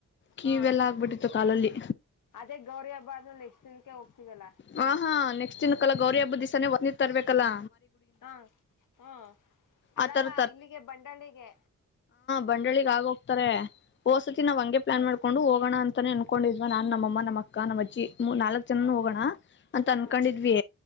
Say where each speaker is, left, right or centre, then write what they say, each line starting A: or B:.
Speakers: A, on the left; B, on the left.
A: ಕೀಿವ
B: ಹಾ
A: ಎಲ್ಲ ಆಗ್ಬಿಟ್ಟಿತ್ತು ಕಾಲಲ್ಲಿ
B: ಅದೇ ಗೌರಿ ಹಬ್ಬ ಆದ್ಮೇಲೆ ನೆಕ್ಸ್ಟ್ ದಿನಕ್ಕೆ ಹೋಗ್ತೀವಲ್ಲ
A: ಹ ಹಾ ನೆಕ್ಸ್ಟ್ ದಿನ ಕಲ್ಲ ಗೌರಿ ಹಬ್ಬದ ತರ್ಬೇಕಲ್ಲಾ
B: ಹಾ ಹ್ಮ ಅಲ್ಲಲ್ಲ
A: ಆತರ
B: ಇಲ್ಲಿಗೆ ಬಂಡಳಿಗೆ
A: ಬಂಡಳಿಗ ಆಗ ಹೋಗ್ತಾರೆ ಓಸತಿ ನಾ್ಂಗೆ ಪ್ಲಾನ್ ಮಾಡಕೊಂಡು ಹೋಗೋಣ ಅಂತ ಅನ್ಕೊಂಡಿದ್ ನಾ ನಮ್ಮ ಅಮ್ಮ ಅಕ್ಕ ಕಾಣವಚ್ಚಿ ನಾಲ್ಕ್ ಜನ
B: ಹಾ
A: ಹೋಗೋಣ ಅಂತ ಅನ್ಕೊಂಡಿದ್ವಿ
B: ಹಾ